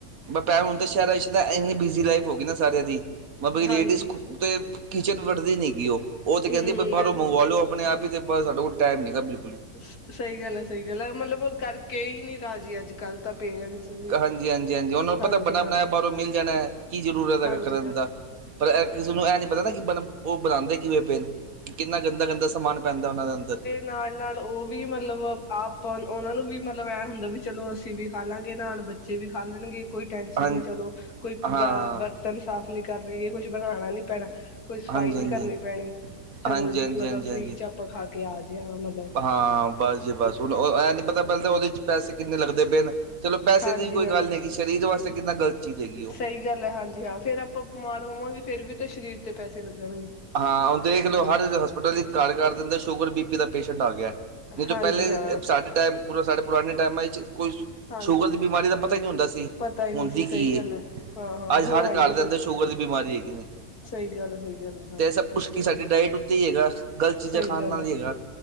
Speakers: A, on the right; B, on the left.
A: ਮ ਭੈ ਹੁਣ ਤਾਂ ਸ਼ਹਿਰਾਂ ਵਿੱਚ ਤਾਂ ਇੰਨੀ ਬਿਜ਼ੀ ਲਾਈਫ ਹੋ ਗਈ ਨਾ ਸਾਰਿਆਂ ਦੀ, ਮਤ ਲੇਡੀਜ਼
B: ਹਾਂਜੀ
A: ਤੇ ਕਿਚਨ ਵੜਦੀ ਨੀ ਗੀ ਉਹ, ਉਹ ਤੇ
B: ਹੂੰ-ਹੂੰ
A: ਕਹਿੰਦੀ ਬਾਹਰੋਂ
B: ਇਹ ਤਾਂ
A: ਮੰਗਵਾ ਲੋ ਆਪ ਆਪਣੇ ਆਪ ਹੀ ਤੇ, ਸਾਡੇ ਕੋਲ ਟਾਈਮ ਨੀ ਹੈਗਾ ਬਿਲ
B: ਸਹੀ ਗੱਲ ਐ, ਸਹੀ ਗੱਲ ਐ, ਮਤਲਬ ਕਰਕੇ ਹੀ ਨੀ ਰਾਜੀ ਅੱਜ-ਕੱਲ੍ਹ ਤਾਂ ਪੇਰੈਂਟਸ ਵੀ।
A: ਹਾਂਜੀ-ਹਾਂਜੀ-ਹਾਂਜੀ, ਉਹਨਾਂ ਨੂੰ
B: ਹਾਂਜੀ
A: ਪਤਾ ਬਣਾ
B: ਹਾਂ
A: ਬਣਾਇਆ ਬਾਹਰੋਂ ਮਿਲ ਜਾਣਾ ਐ, ਕੀ ਜ਼ਰੂਰਤ ਹੈਗਾ
B: ਹਾਂਜੀ
A: ਕਰਨ
B: ਹਾਂ
A: ਦਾ। ਪਰ ਕਿਸੇ ਨੂੰ ਇਹ ਨਹੀਂ ਪਤਾ ਨਾ, ਕਿ ਬ ਉਹ ਬਣਾਂਦੇ ਕਿਵੇਂ ਪਏ ਨੇ। ਕਿੰਨਾ ਗੰਦਾ-ਗੰਦਾ ਸਮਾਨ ਪੈਂਦਾ, ਉਹਨਾਂ ਦੇ ਅੰਦਰ।
B: ਨਾਲ-ਨਾਲ ਉਹ ਵੀ ਮਤਲਬ ਆਪ ਉਹਨਾਂ ਨੂੰ ਵੀ ਮਤਲਬ ਇਹ ਹੁੰਦਾ, ਵੀ ਚਲੋ ਅਸੀਂ ਵੀ ਖਾਲਾਂਗੇ ਨਾਲ ਬੱਚ ਬੱਚੇ ਵੀ ਖਾ ਲੈਣਗੇ। ਕੋਈ ਟੈਨਸ਼ਨ
A: ਹਾਂ
B: ਨੀ ਚਲੋ, ਕੋਈ
A: ਹਾਂ
B: ਬ ਬਰਤਨ ਸਾਫ਼ ਨੀ ਕਰਨੇਗੇ, ਕੁਛ ਬਣਾਣਾ ਨੀ ਪੈਣਾ। ਕੋਈ ਸਫ਼ਾਈ
A: ਹਾਂਜੀ
B: ਨੀ
A: ਹਾਂਜੀ
B: ਕਰਨੀ
A: ਹਾਂਜੀ
B: ਪੈਣੀ, ਚਲੋ
A: ਹਾਂਜੀ
B: ਜੀ
A: ਹਾਂਜੀ
B: ਮਤਲਬ
A: ਹਾਂਜੀ
B: ਫਰੀ
A: ਹਾਂਜੀ
B: ਚ ਆਪਾਂ ਖਾ ਕੇ ਆਜੇ ਆਂ ਮਤਲਬ।
A: ਹਾਂ ਬਸ ਜੀ ਬਸ, ਹੁਣ ਐਂ ਨਹੀਂ ਪਤਾ ਪਹਿਲਾਂ ਤਾਂ ਉਹਦੇ ਚ ਪੈਸੇ ਕਿੰਨੇ ਲੱਗਦੇ ਪਏ ਨੇ। ਚਲੋ ਪੈਸੇ
B: ਹਾਂਜੀ
A: ਦੀ ਕੋਈ
B: ਹਾਂ
A: ਗੱਲ ਨਹੀਂ ਹੈਗੀ, ਸਰੀਰ ਵਾਸਤੇ ਕਿੰਨਾ ਗਲਤ ਚੀਜ਼ ਹੈਗੀ ਉਹ।
B: ਸਹੀ ਗੱਲ ਐ, ਹਾਂਜ ਜੀ ਹਾਂ, ਫੇਰ ਆਪਾਂ ਬਿਮਾਰ ਹੋਵਾਂਗੇ, ਫੇਰ ਵੀ ਤਾਂ ਸਰੀਰ ਤੇ ਪੈਸੇ ਲੱਗਣਗੇ।
A: ਹਾਂ, ਹੁਣ ਦੇਖਲੋ
B: ਹਾਂਜੀ
A: ਹਰ ਹੋਸਪਿਟਲ ਵਿੱਚ ਘਰ ਕਰ ਦਿੰਦਾ, ਸ਼ੂਗਰ, ਬੀ ਪੀ ਦਾ ਪੇਸ਼ੈਂਟ ਆ ਗਿਆ। ਨਹੀਂ ਤਾਂ
B: ਹਾਂਜੀ
A: ਪਹਿਲੇ
B: ਹਾਂ
A: ਸਾਡੇ ਟੈਮ, ਸਾਡੇ ਪੁਰਾਣੇ ਟੈਮਾਂ ਵਿੱਚ ਕੋਈ
B: ਹਾਂਜੀ
A: ਸ਼ੂਗਰ ਦੀ ਬਿਮਾਰੀ ਦਾ ਪਤਾ ਹੀ ਨਹੀਂ ਹੁੰਦਾ ਸੀ,
B: ਪਤਾ ਹੀ
A: ਹੁੰਦੀ
B: ਨਹੀਂ ਸੀ ਸਹੀ
A: ਕੀ
B: ਗੱਲ
A: ਏ,
B: ਹੈ ਹਾਂ ਹਾਂ
A: ਅੱਜ
B: ਹੁਣ
A: ਹਰ
B: ਆਈ
A: ਘਰ
B: ਹੈ
A: ਦੇ ਅੰਦਰ ਸ਼ੂਗਰ ਦੀ ਬਿਮਾਰੀ ਹੈਗੀ ਨੇ।
B: ਸਹੀ ਗੱਲ ਐ, ਸਹੀ ਗੱਲ ਐ।
A: ਤੇ ਇਹ ਸਭ ਕੁਛ ਕਿ ਸਾਡੀ ਡਾਇਟ ਉੱਤੇ ਹੀ ਹੈਗਾ, ਗ਼ਲਤ ਚੀਜ਼ਾਂ
B: ਸਹੀ
A: ਖਾਣ
B: ਗੱਲ
A: ਨਾਲ
B: ਆ
A: ਹੀ ਹੈਗਾ।